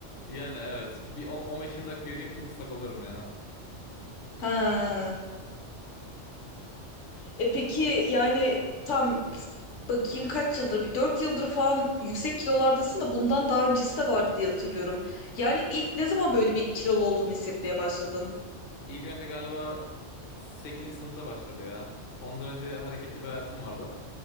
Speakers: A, on the left; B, on the left.
A: Yani evet bir 10 15-20 dakika yürüyeyim ıslak oluyorum yani.
B: Ha. E peki yani tam bakayım kaç yıldır bir 4 yıldır falan yüksek kilolardasın da bundan daha öncesi de vardı diye hatırlıyorum. Yani ilk ne zaman böyle bir kilolu olduğunu hissetmeye başladın?
A: İlk önce galiba sekizinci sınıfta başladı ya. Ondan önce hareketli bir hayatım vardı.